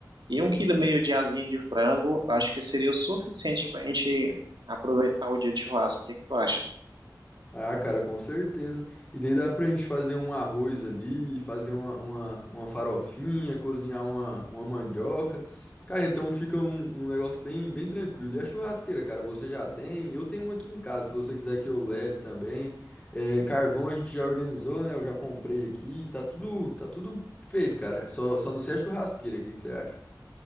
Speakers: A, on the right; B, on the left.
A: e um quilo e meio de asinha de frango, acho que seria o suficiente para a gente aproveitar o dia de churrasco. O que que tu acha?
B: Ah, cara, com certeza. E daí dá pra gente fazer um arroz ali, fazer uma, uma, uma farofinha, cozinhar uma, uma mandioca. Cara, então fica um, um negócio bem, bem tranquilo. E a churrasqueira, cara, você já tem? Eu tenho uma aqui em casa, se você quiser que eu leve também. É, carvão a gente já organizou, né? Eu já comprei aqui. Tá tudo, tá tudo feito, cara. Só, só não sei a churrasqueira. O que que você acha?